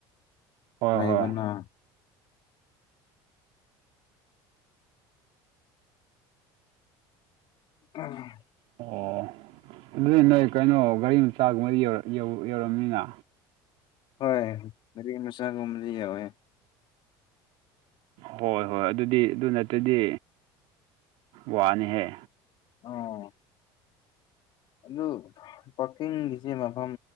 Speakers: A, on the right; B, on the left.
A: ꯍꯣꯏ
B: ꯂꯩꯕꯅ
A: ꯍꯣꯏ
B: ꯎꯝ
A: ꯑꯣ ꯑꯗꯨꯗꯤ ꯅꯣꯏ ꯀꯩꯅꯣ ꯒꯥꯔꯤ ꯃꯆꯥꯒꯨꯝꯕꯗꯤ ꯌꯧ ꯌꯧꯔꯝꯅꯤꯅ꯫
B: ꯍꯣꯏ ꯒꯔꯤ ꯃꯆꯥꯒꯨꯝꯕꯗꯤ ꯌꯥꯎꯋꯦ꯫
A: ꯍꯣꯏ ꯍꯣꯏ ꯑꯗꯨꯗꯤ ꯑꯗꯨ ꯅꯠꯇ꯭ꯔꯗꯤ ꯋꯥꯅꯤꯍꯦ꯫
B: ꯑꯣ ꯑꯗꯨ ꯄꯥꯛꯀꯤꯡꯒꯤꯁꯦ ꯃꯐꯝ